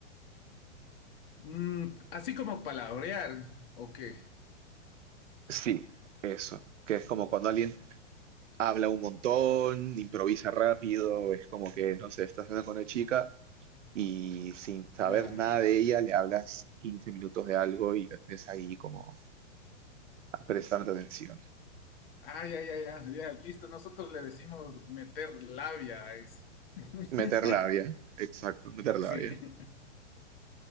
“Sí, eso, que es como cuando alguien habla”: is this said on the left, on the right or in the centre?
Right